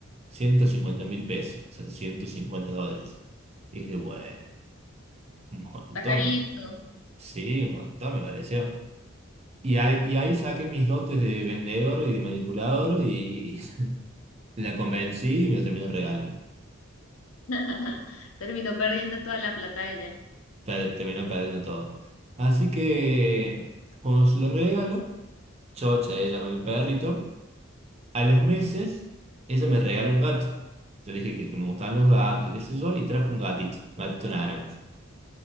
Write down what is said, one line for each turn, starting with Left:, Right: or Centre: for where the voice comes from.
Right: ciento cincuenta mil pesos, o sea, ciento cincuenta dólares. Dije, bueno, un montón.
Left: está carito.
Right: Sí, un montón me pareció. Y ahí, y ahí saqué mis dotes de vendedor y de manipulador y <laughs> la convencí y me lo terminó regalando.
Left: <laughs> Terminó perdiendo toda la plata ella.
Right: per- terminó perdiendo todo. Así que cuando se lo regalo, chocha ella con el perrito, a los meses ella me regaló un gato. Yo le dije que, que me gustaban los gatos y qué sé yo, y trajo un gatito, un gatito naranja.